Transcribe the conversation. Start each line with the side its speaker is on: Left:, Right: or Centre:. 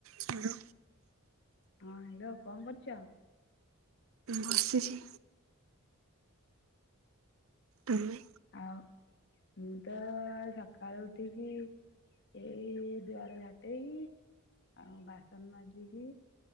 Right: ହ୍ୟାଲୋ।
Left: ହଁ ହ୍ୟାଲୋ କଣ କରୁଚ?
Right: ବସିଛି। ତମେ?
Left: ଆଉ ମୁଁ ତ ସକାଳୁ ଉଠିକି ଏଇ ଦୁଆର ଝାଟେଇକି ଆଉ ବାସନ ମାଜିକି